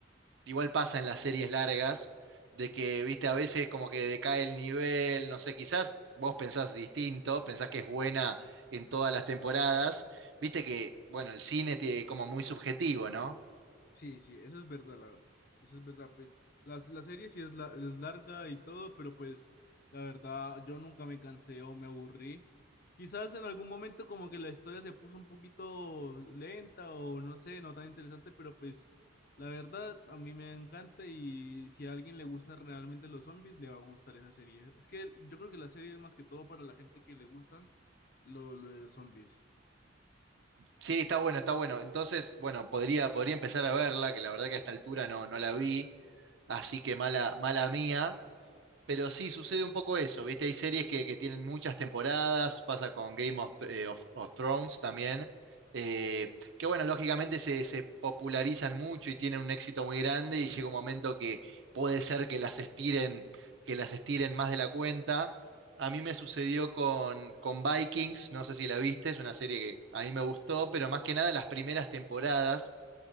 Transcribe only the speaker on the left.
Sí, sí, eso es verdad, la, eso es verdad, pues las- la, serie sí es, la, es larga y todo, pero pues la verdad yo nunca me cansé o me aburrí. Quizás en algún momento como que la historia se puso un poquito lenta o no sé, no tan interesante, pero pues la verdad a mí me encanta y si a alguien le gustan realmente los zombies, le va a gustar esa serie. Es que yo creo que la serie es más que todo para la gente que le gustan lo, lo de los zombies.